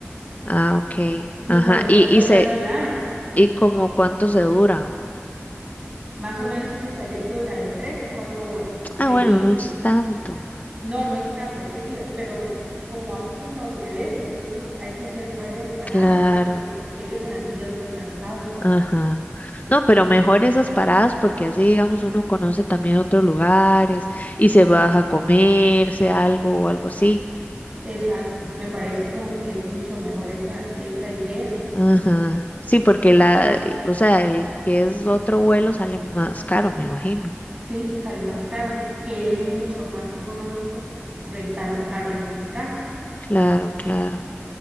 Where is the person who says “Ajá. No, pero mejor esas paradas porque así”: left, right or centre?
Left